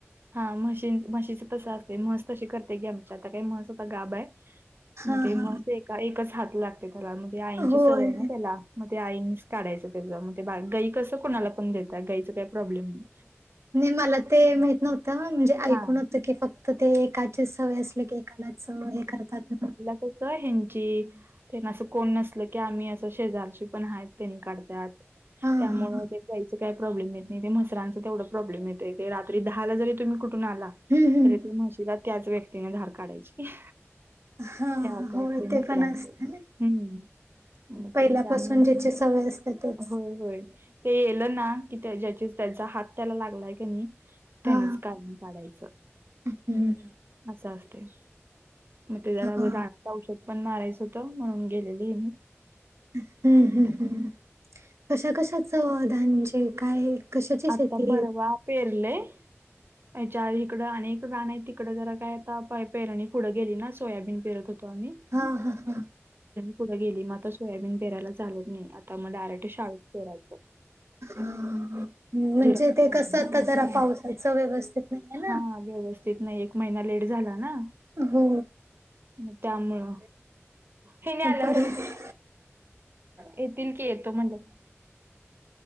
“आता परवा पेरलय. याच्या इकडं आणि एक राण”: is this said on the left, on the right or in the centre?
Right